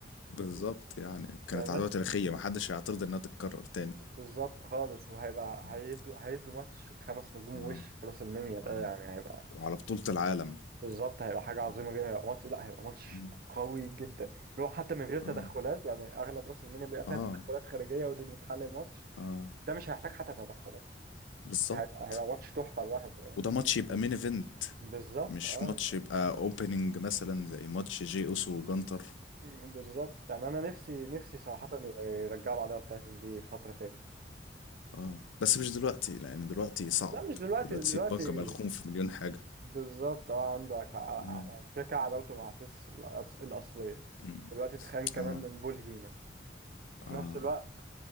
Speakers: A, on the left; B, on the right.
A: بالظبط
B: <laughs>
A: يعني كانت
B: يعني الناس
A: عدوى تاريخية محدش هيعترض انها تتكرر تاني
B: بالظبط خالص وهيبقى
A: م.
B: هيدوا هيدوا ماتش خمس نجوم
A: اه
B: وش في راس المنيا ده
A: اه
B: يعني هيبقى
A: وعلى بطولة العالم
B: بالظبط هيبقى حاجة عظيمة
A: اه
B: جدا هيبقى ماتش لا هيبقى ماتش
A: م.
B: قوي جدا
A: اه
B: اللي هو حتى من غير تدخلات
A: اه
B: يعني أغلب راس المنيا بيبقى
A: اه
B: فيها تدخلات خارجية ودي اللي بتحل الماتش
A: آه.
B: ده مش هيحتاج حتى تدخلات
A: بالظبط
B: هيبقى هيبقى ماتش تحفة لوحده يعني.
A: وده ماتش يبقى مين ايفنت
B: بالظبط
A: مش
B: اه
A: ماتش يبقى اوبننج مثلا زي ماتش جي اوسو وجانتر
B: آه، بالظبط يعني انا نفسي نفسي صراحة يرجعوا العداوة بتاعتهم دي في فترة تاني
A: اه بس مش دلوقتي لان دلوقتي صعب
B: لا مش دلوقتي
A: دلوقتي
B: دلوقتي
A: البنك ملخوم في مليون حاجة
B: بالظبط اه عنده ك- ع-
A: مم.
B: يعني كده كده عداوته مع سيس الأص- الأصلية
A: مم.
B: دلوقتي اتخان كمان
A: اه
B: من بول هيمن وفي
A: اه
B: نفس الوقت